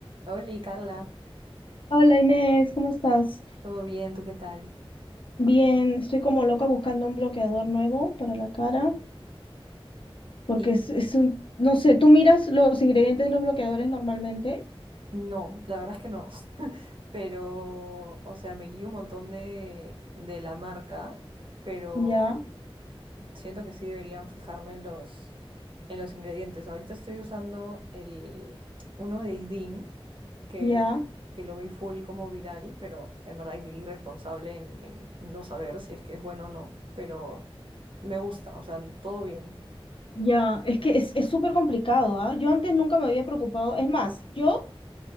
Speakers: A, on the right; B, on the left.
A: Hola, Carla,
B: Hola Inés, ¿cómo estás?
A: ¿todo bien? ¿Tú qué tal?
B: Bien, estoy como loca buscando un bloqueador nuevo para la cara, porque
A: Y
B: es, es un, no sé, tú miras los ingredientes de los bloqueadores normalmente,
A: no, la verdad es que no, <laughs> pero, o sea, me guío un montón de, de la marca, pero
B: ya,
A: siento que sí deberían fijarme en los, en los ingredientes. Ahorita estoy usando el, uno de Isdin, que,
B: ya,
A: que lo vi full como viral, pero en verdad es irresponsable en, en no saber si es que es bueno o no, pero me gusta, o sea, todo bien,
B: ya, es que es es súper complicado, ¿ah? Yo antes nunca me había preocupado, es más, yo